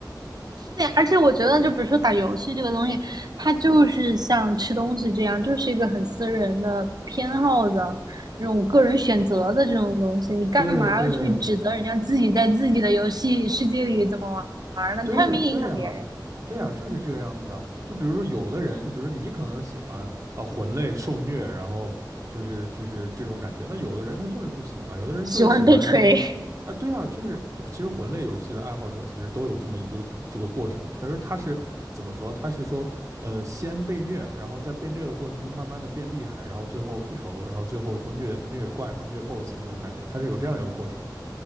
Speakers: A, on the right; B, on the right.
A: 对，而且我觉得，就比如说打游戏这个东西，它就是像吃东西这样，就是一个很私人的偏好的那种个人选择的这种东西。你干嘛要去指责人家自己在自己的游戏世界里怎么玩儿呢？
B: 对对对对啊，
A: 又没影响别人，
B: 对啊，就是这个样子的。就比如说有的人，就比如说你可能喜欢啊魂类受虐，然后就是就是这种感觉。那有的人他就是不喜欢，有的人就是喜欢说
A: 喜欢被锤。
B: 啊，对啊，就是其实魂类游戏的爱好者其实都有这么一个这个过程，但是他是怎么说？他是说，呃，先被虐，然后在被虐的过程中慢慢的变厉害，然后最后复仇，然后最后说虐虐怪嘛，虐 BOSS 这种感觉，他是有这样一个过程的。